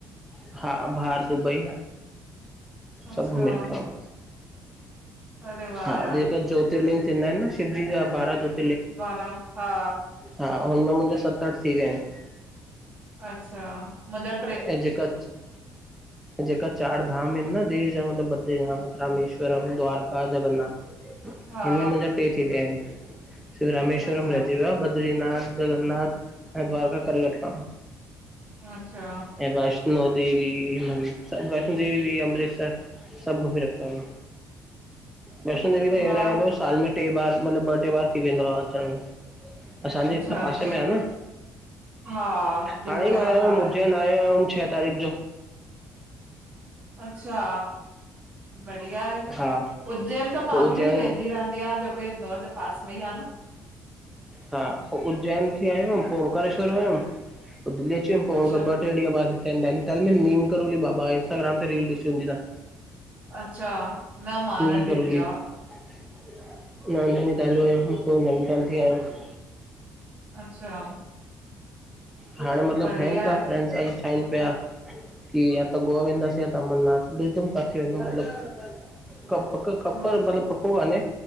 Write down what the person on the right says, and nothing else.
अच्छा
अरे वाह
यार
बारहा हा
अच्छा मंदिर
हा
अच्छा
अच्छा
वाह!
अच्छा,
अच्छा
हा दिल्लीअ
त
आहे,
अच्छा बढ़िया आहे,
उज्जैन त मां
बि वेंदी रहंदी आ जोकी इंदौर जो पास में ई आ न
अच्छा,
अच्छा न मां
न
ॾिठी आ,
अच्छा
बढ़िया
आहे।
हा,